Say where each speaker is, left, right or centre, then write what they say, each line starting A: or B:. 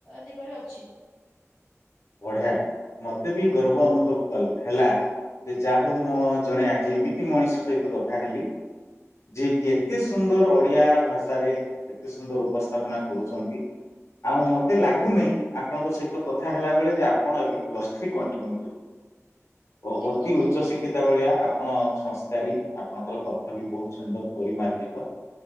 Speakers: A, in the centre; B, on the left (about 65°).
A: ଦିଗରେ ଅଛି। ଅଛି
B: ବଢିଆ ମତେ ବି ଗର୍ବ ଅନୁଭବ କ ହେଲା ଯେ ଯା ହଉ ମୁଁ ଜଣେ ଆଜି ଏମିତି ମଣିଷ ସହିତ କଥା ହେଲି ଯିଏକ ଏତେ ସୁନ୍ଦର ଓଡିଆ ଭାଷାରେ ଏତେ ସୁନ୍ଦର ଉପସ୍ଥାପନା କରୁଛନ୍ତି ଆଉ ମତେ ଲାଗୁନି ଆପଣଙ୍କ ସହିତ କଥା ହେଲା ବେଳେ ଆପଣ ଏବେ ପ୍ଲସ୍ ଥ୍ରି କନଟିନିୟୁ କ ଓ ହୋତି
A: ଦେଖନ୍ତୁ
B: ଉଚ୍ଚ
A: ପ୍ର
B: ଶିକ୍ଷିତା ଭଳିଆ ଆପଣ ସଂସ୍କାରୀ ଆପଣଙ୍କର କଥା ବି ବହୁତ ସୁନ୍ଦର ପରିମାର୍ଜିତ